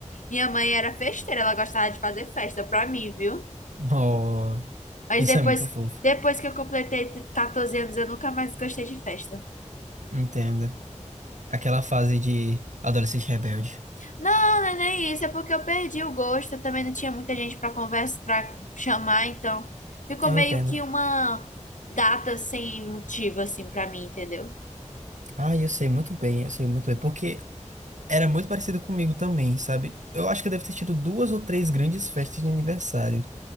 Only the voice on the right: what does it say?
Oh,
isso
é muito fofo.
Entendo. Aquela fase de adolescente rebelde.
Eu
entendo.
Ah, eu sei muito bem, eu sei muito bem. Porque era muito parecido comigo também, sabe? Eu acho que eu devo ter tido duas ou três grandes festas de aniversário.